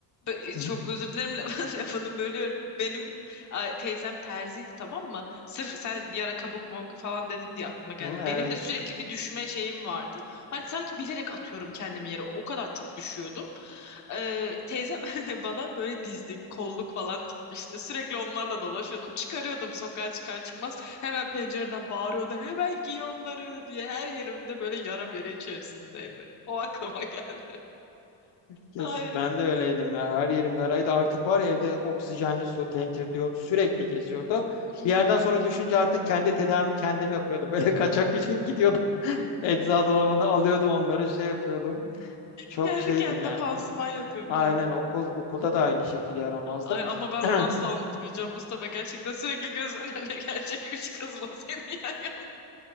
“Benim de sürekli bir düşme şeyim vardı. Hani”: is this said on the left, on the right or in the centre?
Left